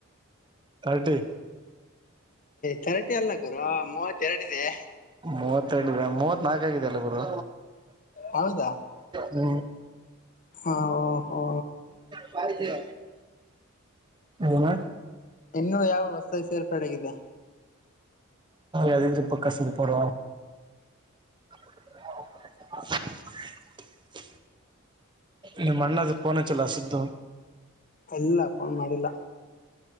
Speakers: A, on the right; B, on the left.
A: ತರ್ಟಿ
B: ಥರ್ಟಿ ಅಲ್ಲ ಗುರ ಮೂವತ್ತ ಎರಡುಿದೆ
A: ಮೂವತ್ತೆ ಇಿದೆ ಮೂವತ್ ನಾಲ್ಕ ಆಗಿದ ಅಲ್ಲ ಗುರು
B: ಹೌದಾ
A: ಹೂ
B: ಹಾ ಹೋ
A: ಹ ಹೇಳ್ ಅಣ್ಣ
B: ಇನ್ನುೂ ಯಾವ ಹೊಸದ ಸೇರ್ಪಡೆಗಿದೆ
A: ಅದ ಪಕ್ಕಸ ಪಡ ಹ ನಿ ಮಣ್ಣ ಪನ ಚಲ ಸತ
B: ಇಲ್ಲ ಫೋನ್ ಮಾಡಿಲ್ಲ